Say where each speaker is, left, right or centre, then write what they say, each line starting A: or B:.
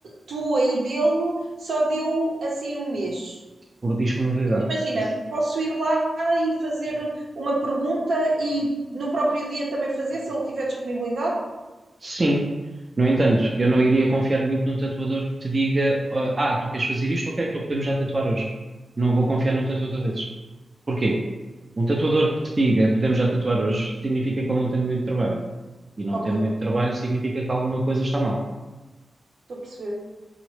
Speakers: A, on the right; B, on the right.
A: tua e dele, só deu assim um mês?
B: por disponibilidade.
A: Tipo, imagina,
B: Posso-
A: posso ir lá e fazer uma pergunta e no próprio dia também fazer, se ele tiver disponibilidade?
B: Sim. No entanto, eu não iria confiar muito num tatuador que te diga: Ah, ah, tu queres fazer isto? Ok, então podemos já tatuar hoje. Não vou confiar num tatuador desses. Porquê? Um tatuador que te diga podemos já tatuar hoje, significa que ele não tem muito trabalho. E não
A: Ok,
B: tendo muito trabalho, significa que alguma coisa está mal.
A: estou a perceber.